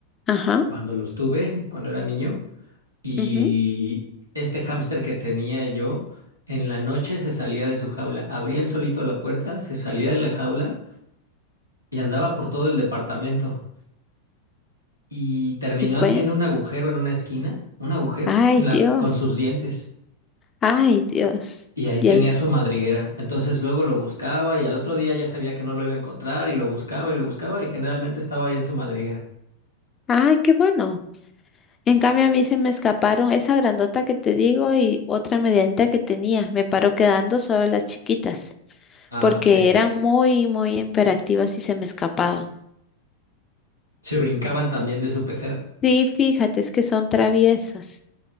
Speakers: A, on the left; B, on the left.
A: Ajá,
B: cuando los tuve, cuando era niño, y
A: ujú.
B: este hámster que tenía yo, en la noche se salía de su jaula, abría él solito la puerta, se salía de la jaula y andaba por todo el departamento. y terminó
A: sí pueden.
B: haciendo un agujero en una esquina, un agujero
A: Ay,
B: en la,
A: Dios.
B: con sus dientes.
A: Ay, Dios.
B: Y ahí tenía
A: Y ahí. se-
B: su madriguera. Entonces luego lo buscaba y al otro día ya sabía que no lo iba a encontrar y lo buscaba y lo buscaba y generalmente estaba ahí en su madriguera.
A: Ay, qué bueno. En cambio, a mí se me escaparon esa grandota que te digo y otra medianita que tenía. Me paró quedando solo las chiquitas,
B: Ah,
A: porque
B: ok. <laughs>
A: eran muy, muy imperativas y se me escapaban.
B: Se brincaban también de su pecera.
A: Sí, fíjate, es que son traviesas.